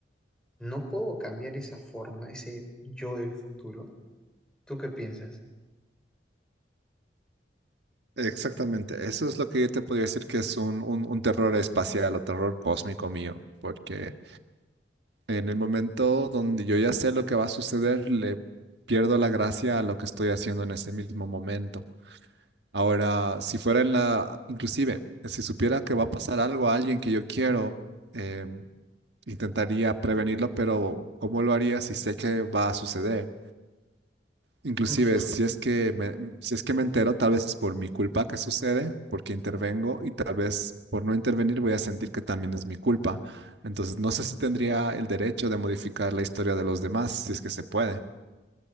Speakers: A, in the centre; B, on the right (about 70°).
A: no puedo cambiar esa forma, ese yo del futuro. ¿Tú qué piensas?
B: Exactamente, eso es lo que yo te podría decir que es un, un- un terror espacial o terror cósmico mío, porque en el momento donde yo ya sé lo que va a suceder, le pierdo la gracia a lo que estoy haciendo en ese mismo momento. Ahora, si fuera en la, inclusive, si supiera que va a pasar algo a alguien que yo quiero, eh, intentaría prevenirlo, pero ¿cómo lo haría si sé que va a suceder? Inclusive,
A: Ujú.
B: si es que me, si es que me entero, tal vez es por mi culpa que sucede, porque intervengo y tal vez por no intervenir voy a sentir que también es mi culpa. Entonces, no sé si tendría el derecho de modificar la historia de los demás, si es que se puede.